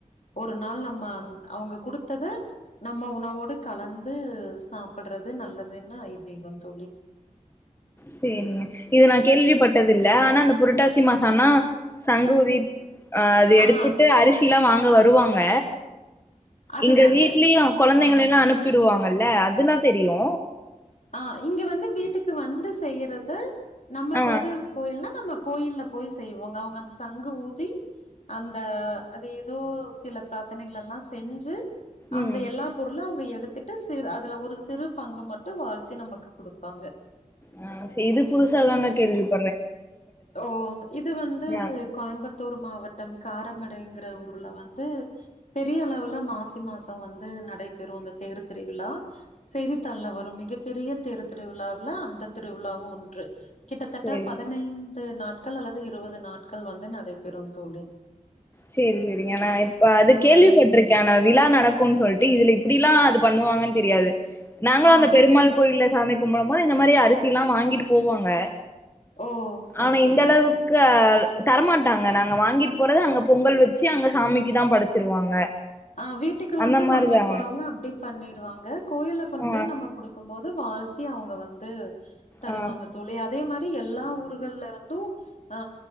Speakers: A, on the left; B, on the left.
A: ஒரு நாள் நம்ம அவங்க குடுத்தத நம்ம உணவோடு கலந்து சாப்பிடுறது நல்லதுன்னு ஐதீகம் தோழி
B: செரிங்க இது நா கேள்விப்பட்டதில்ல ஆனா அந்த புரட்டாசி மாசோ ஆனா சங்கு ஊதிட் அ அது எடுத்துட்டு
A: ஆ
B: அரிசிலா வாங் அங்க வருவாங்க
A: அதுதாங்க
B: இங்க வீட்லியு கொழந்தைங்கலெல்லா
A: ஆம்
B: அனுப்பிடுவாங் <unintelligible> அதுனாத் தெரியு
A: அ இங்க வந்து வீட்டுக்கு வந்து செய்யறது நம்ம
B: ஆ
A: குலதெய்வ கோயில்னா நம்ம கோயில்ல போய் செய்வோங்க அவுங்க அந்த சங்கு ஊதி அந்த அது எதோ சில பிரார்த்தனைகளெல்லா செஞ்சு
B: ம்
A: அந்த எல்லா பொருளு அவுங்க எடுத் எடுத்துட்டு சிர் அதுல ஒரு சிறுப் பங்கு மட்டு வாழ்த்தி நமக்கு குடுப்பாங்க
B: அ இது புதுசாதாங்க கேள்விப்
A: ஓ இது வந்து
B: ஆ
A: கோய்ம்பத் த்தூர் மாவட்டம் காரமடைங்கிற ஊர்ல வந்து பெரிய அளவுல மாசி மாசோ வந்து நடைபெறு இந்த தேர் திரிவிழா செய்தித்தாள்ள வரு மிகப்பெரியத் தேரு திருவிழாவுல அந்த திருவிழாவு ஒன்று கிட்டத்தட்டப்
B: சேரி
A: பதனைந் பத்து நாட்கள் அல்லது இருவது நாட்கள் வந்து நடைபெறு தோலி
B: சேரி சேரிங்க நா இப்ப அது கேள்விப்பட்டிருக்கே
A: அம்
B: ஆனா விலா நடக் க்கும்ன்னு சொல்ட்டு இதுல இப்டில்லா அது பண்ணுவாங்கன் தெரியாது நாங்களு
A: ஆ
B: அந்த பெருமாள் கோயில்ல சாமிக் கும்பளமா இந்த மாதிரி அரிசிலா வாங்கிட்டு போவாங்க
A: ஓ செரி
B: ஆனா
A: செரிங்க
B: இந்த அளவுக்க தரமாட்டாங்க நாங்க வாங்கிட் போறது அங்கப் பொங்கல் வெச்சு அங்க சாமிக்கு தா படச்சிருவாங்க
A: அ வீட்டுக்கு
B: அந்த
A: வந்து
B: மாரிதா
A: வாங்கிட் போறவ்ங்க அப்டி பண்ணிருவாங்க கோயில கொண்
B: ஆ
A: பொய் நம்ம குடுக்கும்போ அ வால்த்தி அவுங்க வந்து தருவாங்க
B: ஆ
A: தோலி அதே மா தி எல்லா ஊர்கள்லருந்து அ